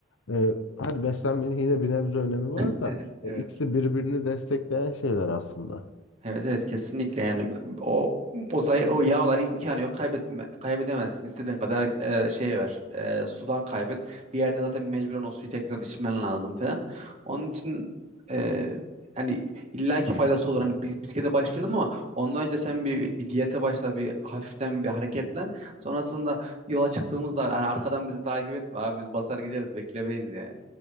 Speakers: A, on the left (about 85°); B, on the right (about 35°).
A: e, hadi beslenmenin yine bir nebze önemi var
B: <laughs>
A: da
B: Evet.
A: e, ikisi birbirini destekleyen şeyler aslında.
B: Evet evet kesinlikle yani o o, zay- o yağlar imkanı yok kaybetme kaybedemezsin istediğin kadar e, şey ver e, sudan kaybet bir yerde zaten mecburen o suyu tekrar içmen lazım falan onun için e, hani illaki faydası olur hani bis- bisiklete başlayalım ama ondan önce sen bir bir diyete başla bir hafiften bir hareketlen sonrasında yola çıktığımızda hani arkadan bizi takip etme abi biz basar gideriz beklemeyiz yani.